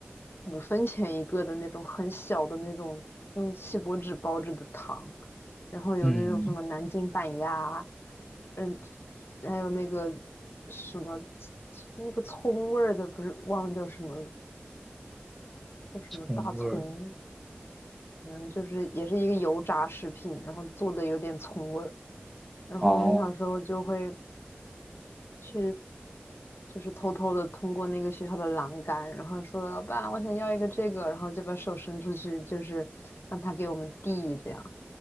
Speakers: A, on the left; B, in the centre.
A: 五分钱一个的那种很小的那种用锡箔纸包着的糖，然后有那种什么南京板鸭，
B: 嗯，
A: 嗯，还有那个什么那个葱味儿的，不是忘了叫什么叫什么大葱，
B: 葱味儿的。
A: 反正就是也是一个油炸食品，然后做的有点葱味儿。然后我们小时候就会
B: 哦
A: 去就是偷偷的通过那个学校的栏杆，然后说老板，我想要一个这个，然后就把手伸出去，就是让他给我们递，这样